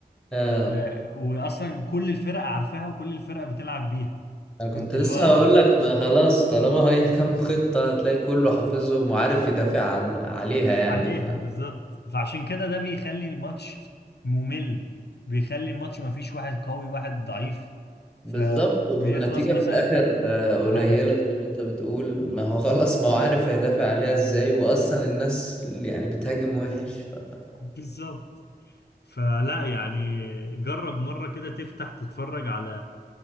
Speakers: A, in the centre; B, on the left.
A: آه.
B: و... واصلا كل الفرق عارفاها وكل الفرق بتلعب بيها
A: انا كنت
B: فانت اللي
A: لسه
B: هو
A: هقول لك ما خلاص طالما هي <laughs> كام خطة هتلاقي كله حافظهم وعارف يدافع عن عليها يعني
B: عليها
A: ف
B: بالظبط فعشان كده ده بيخلي الماتش ممل بيخلي الماتش ما فيش واحد قوي واحد ضعيف
A: بالظبط
B: فبيخلص
A: والنتيجة
B: مثلا
A: في الاخر آه، قليلة
B: هبل
A: زي ما انت بتقول ما هو خلاص ما هو عارف هيدافع عليها ازاي واصلا الناس اللي يعني بتهاجم وحش ف...
B: بالظبط فلا يعني جرب مرة كده تفتح تتفرج على